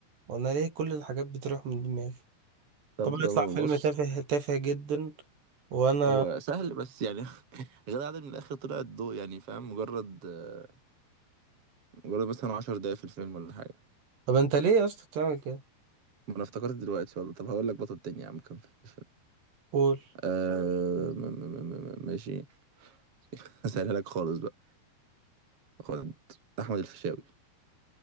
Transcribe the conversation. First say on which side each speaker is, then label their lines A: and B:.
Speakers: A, on the right; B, on the right.
A: وانا ليه كل الحاجات بتروح من دماغي
B: طب
A: طب يطلع فيلم
B: بص
A: تافه تافه جدا وانا
B: هو سهل بس يعني <laughs> غادة عادل من الاخر طلعت ضوء يعني فاهم مجرد آه، مجرد مثلا 10 دقايق في الفيلم ولا حاجة
A: طب انت ليه يا اسطى بتعمل كده
B: ما انا افتكرت دلوقتي والله طب هقول لك بطل تاني يا عم كان في الفيلم
A: قول
B: آه م م م م م- ماشي <laughs> هسألها لك خالص بقى خد احمد الفيشاوي